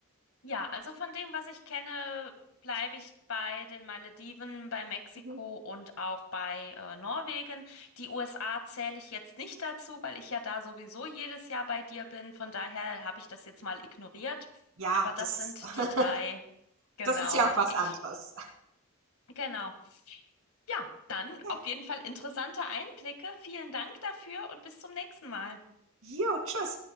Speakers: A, on the left; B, on the right.
A: ja, also von dem, was ich kenne, bleibe ich bei den Malediven, bei Mexiko
B: Mhm.
A: und auch bei äh, Norwegen. Die USA zähle ich jetzt nicht dazu, weil ich ja da sowieso jedes Jahr bei dir bin. Von daher habe ich das jetzt mal ignoriert.
B: Ja,
A: Aber das
B: das,
A: sind
B: <laughs>
A: die drei, genau,
B: das ist ja
A: die
B: auch was
A: ich,
B: anderes.
A: genau. Ja, dann
B: Ja,
A: auf jeden Fall interessante Einblicke. Vielen Dank dafür und bis zum nächsten Mal.
B: jo, tschüss.